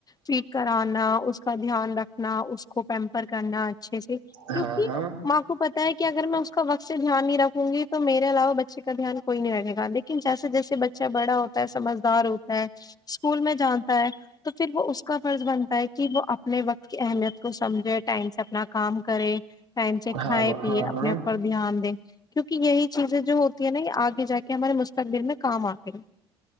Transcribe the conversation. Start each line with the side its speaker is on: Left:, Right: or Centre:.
Left: فیڈ کرانا اس کا دھیان رکھنا اس کو پیمپر کرنا اچھے سے کیونکہ
Right: ہاں ہاں
Left: ماں کو پتا ہے کہ اگر میں اس کا وقت سے دھیان نہیں رکھوں گی تو میرے علاوہ بچے کا دھیان کوئی نہیں رکھے گا لیکن جیسے جیسے بچہ بڑا ہوتا ہے سمجھدار ہوتا ہے اسکول میں جانتا ہے تو پھر وہ اس کا فرض بنتا ہے کہ وہ اپنے وقت کی اہمیت کو سمجھے ٹائم سے اپنا کام کرے ٹائم سے کھائے
Right: ہاں ہاں
Left: پیے اپنے
Right: ہاں
Left: اپر دھیان دیں کیونکہ یہی چیزیں جو ہوتی ہے نا یہ آگے جا کے ہمارے مستقبل میں کام آتے ہیں